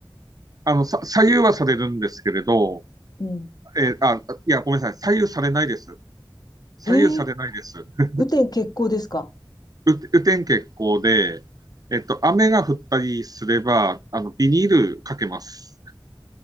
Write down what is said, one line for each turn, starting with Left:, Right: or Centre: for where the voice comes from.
Right: あの、さ左右はされるんですけれど、
Left: うん。
Right: えーあ、いや、ごめんなさい。左右されないです。左右されないです。
Left: えー、
Right: う
Left: 雨天決行ですか
Right: 雨天決行で、えっと、雨が降ったりすれば、あの、ビニールかけます。